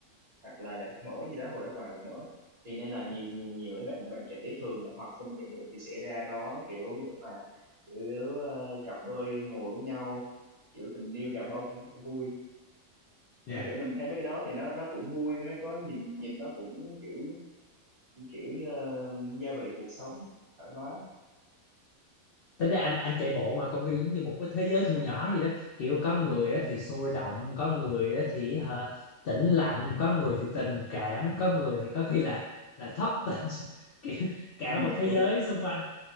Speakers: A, on the right; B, on the left.
A: hoặc là đại học mở gì đó hồi đó còn đại học mở thì nên là nhiều nhiều mấy bạn bạn trẻ thường là hoặc không chạy bộ thì sẽ ra đó kiểu để mà kiểu ờ, cặp đôi ngồi với nhau kiểu tình yêu gà bông vui nên
B: Dạ
A: kiểu mình thấy mấy cái đó thì nó nó cũng vui nó có nhìn nhìn nó cũng kiểu kiểu ờ, gia vị cuộc sống thoải mái
B: tính ra anh anh chạy bộ ngoài công viên giống như một cái thế giới thu nhỏ vậy đó kiểu có
A: ừ,
B: người á thì sôi động có người á thì hả, tĩnh lặng có người thì tình cảm có người thì có khi là là thất tình <laughs> kiểu cả
A: ừ,
B: một thế
A: đúng
B: giới xung quanh